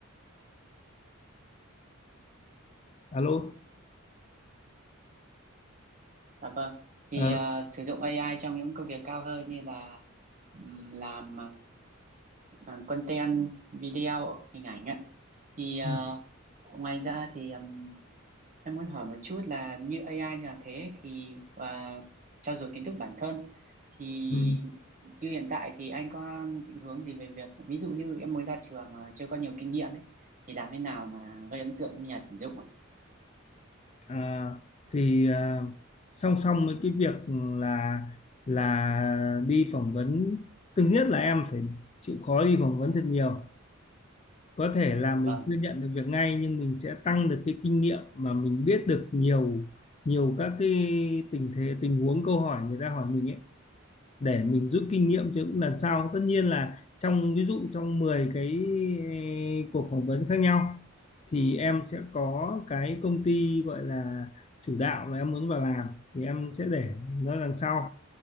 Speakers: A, on the left (about 30°); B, on the right (about 35°).
A: alo
B: Dạ vâng. Thì
A: ờ,
B: à, sử dụng AI trong những công việc cao hơn như là ừm, làm à, content video hình ảnh ạ. Thì à,
A: ừ,
B: ngoài ra thì ừm, em muốn hỏi một chút là như AI như là thế thì và trau dồi kiến thức bản thân thì
A: ừ.
B: như hiện tại thì anh có định hướng gì về việc ví dụ như em mới ra trường mà chưa có nhiều kinh nghiệm ấy thì làm thế nào mà gây ấn tượng với nhà tuyển dụng ạ?
A: À, thì à, song song với cái việc là là đi phỏng vấn thứ nhất là em phải chịu khó đi phỏng vấn thật nhiều có thể là mình
B: Vâng,
A: chưa nhận được việc ngay nhưng mình sẽ tăng được cái kinh nghiệm mà mình biết được nhiều nhiều các cái tình thế tình huống câu hỏi người ta hỏi mình ấy để mình rút kinh nghiệm cho những lần sau tất nhiên là trong ví dụ trong 10 cái eh, cuộc phỏng vấn khác nhau thì em sẽ có cái công ty gọi là chủ đạo mà em muốn vào làm thì em sẽ để nó đằng sau